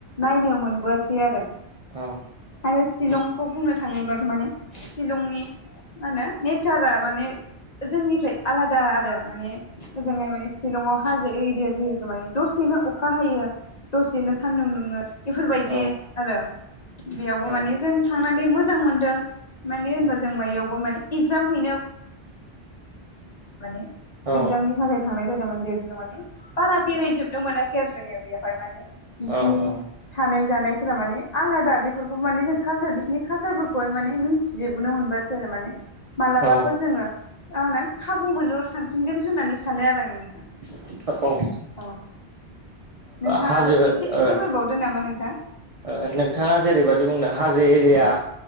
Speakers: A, on the left (about 40°); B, on the right (about 40°).
A: नायनो मोनबोआसै आरो।
B: औ
A: आरो शिलंखौ बुंनो थाङोब्लाथ' माने शिलंनि मा होनो नेचारा माने जोंनिफ्राय आलादा आरो माने ओजोंहाय माने शिलंआव हाजो एरिया जि माने दसेनो अखा हायो दसेनो सान्दुं दुङो बेफोरबायदि
B: औ
A: आरो। बेयावबो माने
B: औ
A: जों थांनानै मोजां मोनदों माने होनबा
B: औ
A: जों बेयावबो माने इगजाम हैनो माने
B: औ
A: इगजामनि थाखाय थांनाय जादोंमोन जिहेतु जों माने बारा बेरायजोबनो मोनासै आरो जोङो। बेवहाय माने बिसिनि
B: औ
A: थानाय जानायफोरा माने आलादा बेफोरखौ माने जों कालसार बिसिनि कालसारफोरखौहाय माने मिथिजोबबोनो मोनबोआसै। मालाबाफोर
B: औ
A: जोङो खाबु मोनोब्ला थांफिनगोन होननानै सानो आरो आं नोंथां
B: ओ
A: औ नोंथाङाबो
B: हाजो
A: एसे
B: ओ
A: फोरमायबावदो नामा नोंथां।
B: ओ नोंथाङा जेरैबायदि बुंदों हाजो एरिया